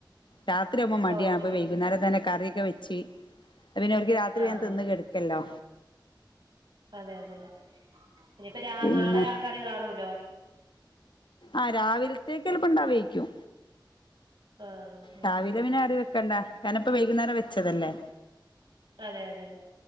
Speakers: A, on the left; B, on the right.
A: രാത്രി ആവുമ്പോ മടിയാണ്
B: ഓ
A: അപ്പോ
B: ശരി
A: വൈകുനേരം
B: ശരി
A: തന്നെ കറിയൊക്കെ വെച്ച്. പിന്നെ ഒർക്ക് രാത്രി
B: ആഹ്
A: വേഗം തിന്ന് കെടക്കല്ലോ.
B: അതെ അതെ ഇനിപ്പോ രാ
A: പിന്നെ
B: നാളെ ആ കറി കാണൂലോ?
A: ആ രാവിലത്തേക്കപ്പം ഇണ്ടാ വേയിക്കും.
B: ആഹ് ശരി
A: രാവിലെ
B: ശരി
A: പിന്നെ കറി വെക്കണ്ട കാരണം പ്പം വൈകുന്നേരം വെച്ചതല്ലേ?
B: അതെ അതെ